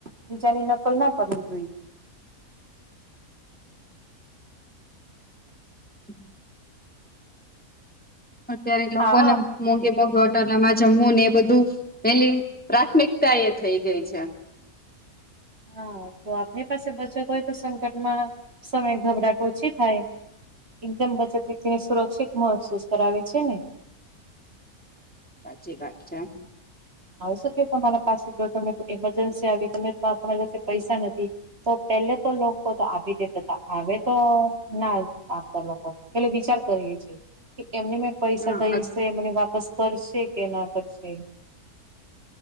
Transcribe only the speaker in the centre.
<inaudible> અત્યારે લોકોને
મોઘે મોઘે હોટાલામાં જમવું ને એ બધું પેલી પ્રાથમિક તા એ થઈ ગઈ છે.
સાચી વાત છે,
હા,